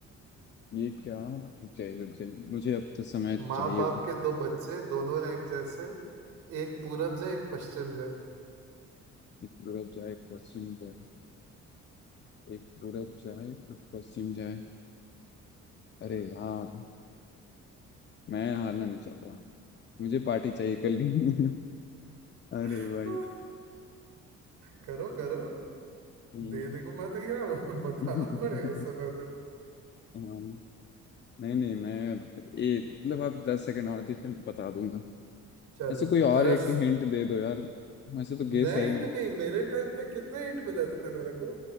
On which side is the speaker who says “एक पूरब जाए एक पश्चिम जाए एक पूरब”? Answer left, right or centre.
Left